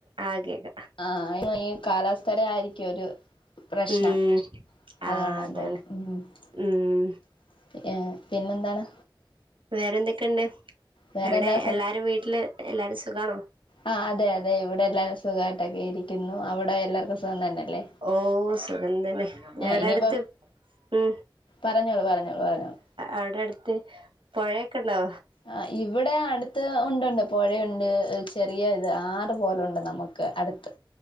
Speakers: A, on the right; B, on the left.
A: ആ കേക്ക
B: ആഹ് അയ്ന് ഈ കാലാവസ്ഥേര ആയിരിക്കും ഒരു പ്രശ്നം
A: ഉം ആ
B: അതുകൊണ്ടാ
A: അതാണ്
B: തോന്നും ഉ
A: ഉം
B: ഏഹ് പിന്നെന്താണ്
A: വേറെന്തൊക്കെണ്ട്
B: വേറെ
A: എവിടെ
B: എന്താ സം
A: എല്ലാരും വീട്ടില് എല്ലാരും സുഖാണോ
B: ആഹ് അതെ അതെ ഇവിടെ എല്ലാരും സുഖായിട്ടൊക്കെ ഇരിക്കുന്നു അവിടെ എല്ലർക്കും സുഖം തന്നെല്ലേ
A: ഓ സുഖം തന്നെ ഞങ്ങടെ
B: ഇനിയിപ്പോ
A: അടുത്ത് ഉം
B: പറഞ്ഞോളൂ പറഞ്ഞോളൂ പറഞ്ഞോളൂ
A: അവിടെ അടുത്ത് പൊ ഴയൊക്കെ ഉണ്ടോ
B: ആ ഇവിടെ അടുത്ത് ഒണ്ട് ഒണ്ട് പൊഴയുണ്ട് ചെറിയ ഇത് ആറ് പോലുണ്ട് നമു ക്ക് അടുത്ത്